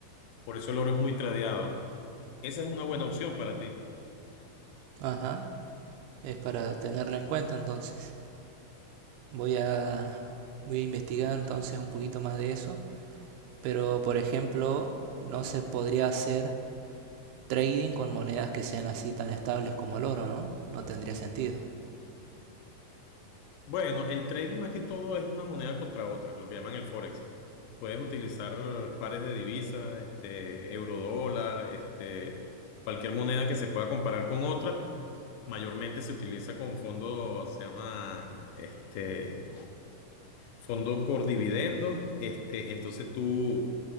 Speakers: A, on the left; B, on the right.
A: Por eso el oro es muy tradeado. Esa es una buena opción para ti.
B: Ajá, es para tenerla en cuenta entonces. Voy a, voy a investigar entonces un poquito más de eso Pero, por ejemplo, no se podría hacer trading con monedas que sean así tan estables como el oro, ¿no? No tendría sentido.
A: Bueno, el trading más que todo es una moneda contra otra, lo que llaman el forex. Puedes utilizar pares de divisas, este, euro dólar, este, cualquier moneda que se pueda comparar con otra. Mayormente se utiliza con fondos, se llaman este, Fondo por dividendos, este, entonces tú,